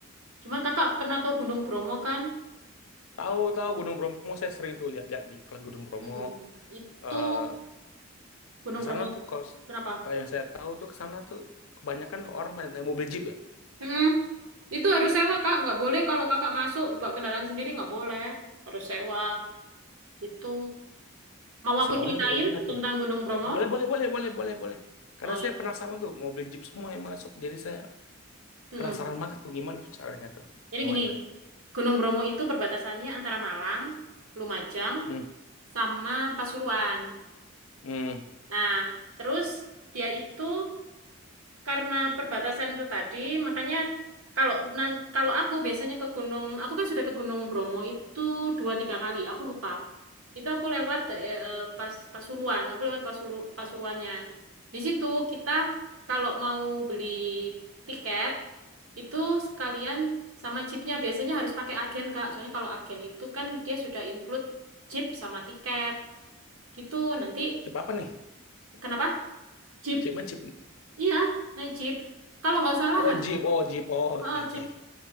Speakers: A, on the right; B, on the left.
A: Cuman kakak pernah tahu Gunung Bromo kan?
B: Tahu-tahu Gunung Bromo saya sering tuh lihat-lihat di iklan Gunung Bromo.
A: Mm-mm. Itu
B: Eh
A: Gunung
B: ke
A: Bromo
B: sana tuh kalau
A: kenapa?
B: kalau yang saya tahu tuh ke sana tuh kebanyakan orang main naik mobil jeep ya.
A: Mm-mm. Itu harus sewa kak, nggak boleh kalau kakak masuk bawa kendaraan sendiri nggak boleh, harus sewa gitu. Mau aku
B: Sewanya
A: ceritain
B: dari mana tuh?
A: tentang Gunung Bromo?
B: Ya, boleh, boleh, boleh, boleh, boleh, boleh. Karena
A: Oh iya.
B: saya penasaran tuh, mau beli Jeep semua yang masuk. Jadi saya
A: Mm-mm.
B: penasaran banget tuh gimana tuh caranya tuh
A: Jadi
B: sewanya.
A: gini, Gunung Bromo itu perbatasannya antara Malang, Lumajang,
B: Hmm.
A: sama Pasuruan.
B: Hmm.
A: Nah, terus dia itu karena perbatasan itu tadi, makanya kalau nan- kalau aku biasanya ke gunung, aku kan sudah ke Gunung Bromo itu dua tiga kali, aku lupa. Itu aku lewat eh, eh, pas Pasuruan, aku lewat Pasulu- Pasuruannya. Di situ kita kalau mau beli tiket itu sekalian sama jeepnya biasanya harus pakai agen Kak. Soalnya kalau agen itu kan dia sudah include jeep sama tiket. Gitu nanti
B: Jeep apa nih?
A: kenapa? Jeep.
B: Jeep mana Jeep?
A: Iya, naik jeep. Kalau nggak salah
B: Oh,
A: harga
B: Jeep. Oh, Jeep. Oh, oke,
A: Oh,
B: oke.